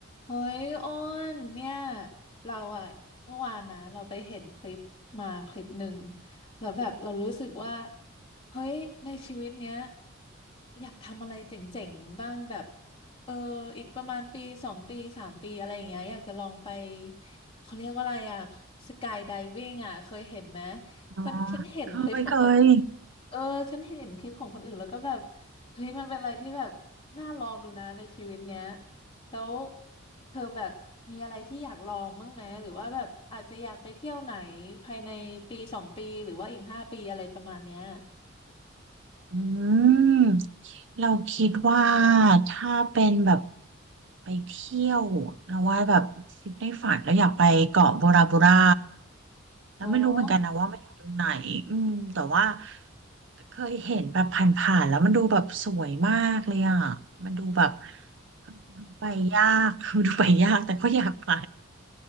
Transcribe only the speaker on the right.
อ๋อ
เคยเคย
อืมเราคิดว่าถ้าเป็นแบบไปเที่ยวเราว่าแบบคิดในฝันแล้วอยากไปเกาะโบราโบราแล้วไม่รู้เหมือนกันนะว่ามันอยู่ตรงไหนอืมแต่ว่า
เคยเห็นแบบผ่านๆแล้วมันดูแบบสวยมากเลยอ่ะมันดูแบบดูไปยาก <laughs> ดูไปยากแต่ก็อยากไป